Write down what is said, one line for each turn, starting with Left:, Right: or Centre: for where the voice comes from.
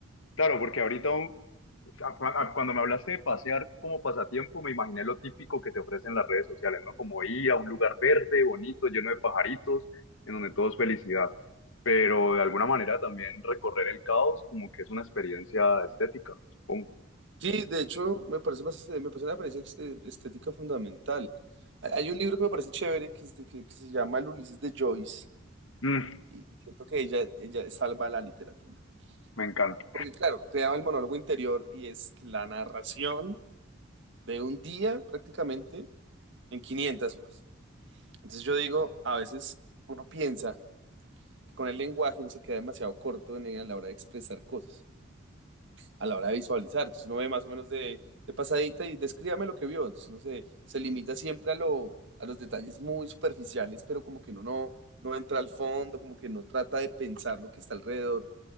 Left: claro, porque ahorita un- a- cu- a- cuando me hablaste de pasear como pasatiempo, me imaginé lo típico que te ofrecen las redes sociales, ¿no? Como ir a un lugar verde, bonito, lleno de pajaritos, en donde todo es felicidad. Pero de alguna manera también recorrer el caos como que es una experiencia estética, supongo.
Right: Sí, de hecho, me parece más, me parece una apariencia ex- eh, estética fundamental. Hay hay un libro que me parece chévere que, es de- que, que se llama El Ulises de Joyce
Left: Mm,
Right: y siento que ella, ella salva la literatura.
Left: me encanta.
Right: Porque claro, creaba el monólogo interior y es la narración de un día prácticamente en 500 hojas. Entonces yo digo, a veces uno piensa que con el lenguaje uno se queda demasiado corto en, a la hora de expresar cosas. a la hora de visualizar. Entonces uno ve más o menos de, de pasadita y descríbame lo que vio. Entonces uno se, se limita siempre a, lo, a los detalles muy superficiales, pero como que uno no, no entra al fondo, como que no trata de pensar lo que está alrededor.